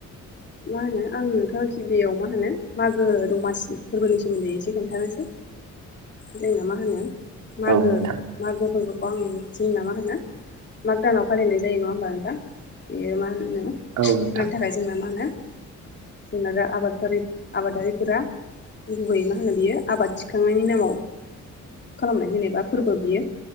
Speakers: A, on the left; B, on the right.
A: मा होनो आं नोंथांखि बेयाव मा होनो मागो दमासि फोरबोनि सोमोन्दै एसे खोन्थानोसै जोंना मा होनो मागो
B: औ नोंथां
A: मागोबो बे आं जोंना मा होनो माग दानाव फालिनाय जायो नंङा होमबा नोंथां बेयो मा होनो मानि
B: औ नोंथां
A: थाखाय जोंना मा होनो जोंना आरो आबाद आबादारिफोरा गुबै मा होनो बियो आबाद थिखांनायनि नामाव खालामनाय जेनेबा फोरबो बियो।